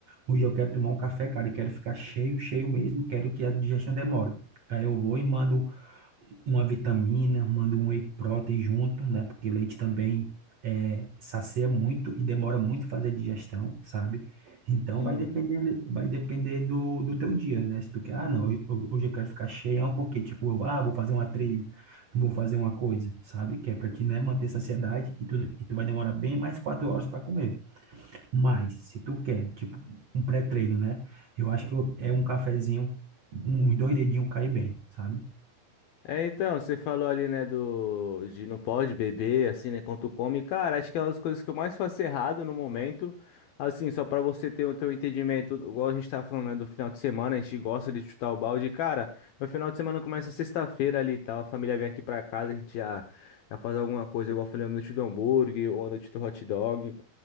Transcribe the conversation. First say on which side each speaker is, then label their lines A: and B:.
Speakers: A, on the right (about 60°); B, on the left (about 75°).
A: Hoje eu quero tomar um café, cara, e quero ficar cheio, cheio mesmo, quero que a digestão demore. Aí eu vou e mando uma vitamina, mando um whey protein junto, né? Porque leite também é, sacia muito e demora muito fazer a digestão, sabe? Então
B: Sim.
A: vai depender, ali- vai depender do, do teu dia, né? Se tu quer, ah, não, ho- ho- hoje eu quero ficar cheião porque, tipo, eu, ah, vou fazer uma trilha, vou fazer uma coisa, sabe? Que é pra te, né, manter saciedade e tu, e tu vai demorar bem mais quatro horas para comer. Mas, se tu quer, tipo, um pré-treino, né? Eu acho que eu- é um cafezinho, uns dois dedinhos cai bem, sabe?
B: É, então, você falou ali, né, do de não pode beber, assim, né, quando come. Cara, acho que é uma das coisas que eu mais faço errado no momento. Assim, só pra você ter o teu entendimento, igual a gente tava falando, né, do final de semana, a gente gosta de chutar o balde. Cara, meu final de semana começa sexta-feira ali e tal, a família vem aqui pra casa, a gente já, já faz alguma coisa, igual eu falei, a noite do hambúrguer ou a noite do hot dog.